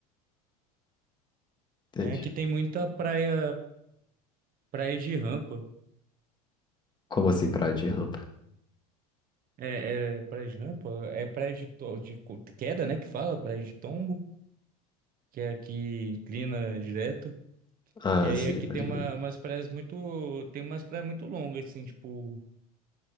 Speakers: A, on the left (about 20°); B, on the right (about 45°).
A: entende?
B: É que tem muita praia, praia de rampa.
A: Como assim, praia de rampa?
B: É, é praia de rampa, é praia de, to... de co- queda, né, que fala, praia de tombo. que é aqui inclina direto.
A: Ah,
B: E aí
A: sim,
B: aqui
A: pode
B: tem uma,
A: ver.
B: umas praias muito, tem umas praias muito longas, assim, tipo,